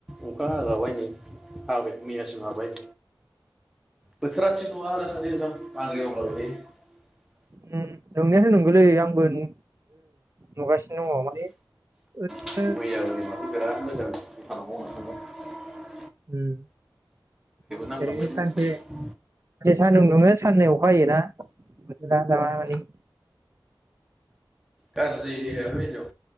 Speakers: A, in the centre; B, on the right.
A: अखा हागाबायनै हाबाय मैयासिम हाबाय बोथोरा थिग नङा दासान्दि नोंथां <unintelligible>
B: नं नंनायाथ नंगौलै आंबो नो नुगासिनो दङ माने ओद
A: थायो मैयाबो बिराद मोजां दखानाव थांगौ <unintelligible>
B: ओम
A: नांलांबाय
B: ओरैनो
A: जोंनिथिंबो
B: सानसे सानसे सानदुं दुङो साननै अखायोना? दा जाबाय
A: औ
B: मानि
A: गाज्रि बायदियाव